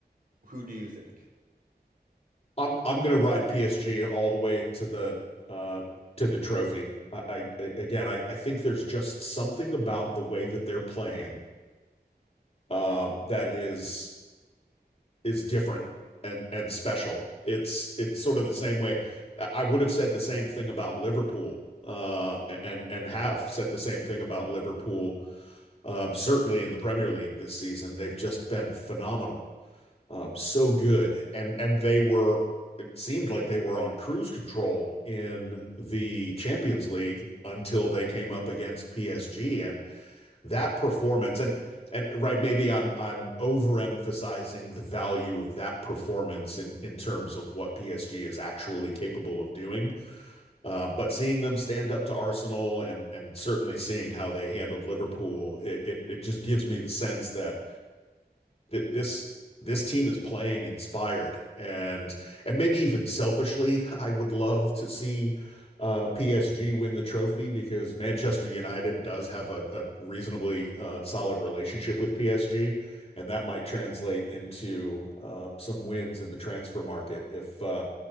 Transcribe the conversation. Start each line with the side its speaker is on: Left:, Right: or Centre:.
Right: who do you think?
Left: I'm I'm gonna ride PSG all the way to the uh to the trophy. I, I again I, I think there's just something about the way that they're playing uh that is is different and and special. It's it's sort of the same way. I would have said the same thing about Liverpool uh and and have said the same thing about Liverpool um certainly in the Premier League this season. They've just been phenomenal um, so good. And and they were, it seemed like they were on cruise control in the Champions League until they came up against PSG and that performance. And and right, maybe I'm I'm overemphasizing the value of that performance in in terms of what PSG is actually capable of doing. Uh, But seeing them stand up to Arsenal and and certainly seeing how they handled Liverpool, it it it just gives me the sense that th this this team is playing inspired and and maybe even selfishly, <laughs> I would love to see uh, PSG win the trophy because Manchester United does have a, a reasonably uh, solid relationship with PSG, and that might translate into uh, some wins in the transfer market if uh,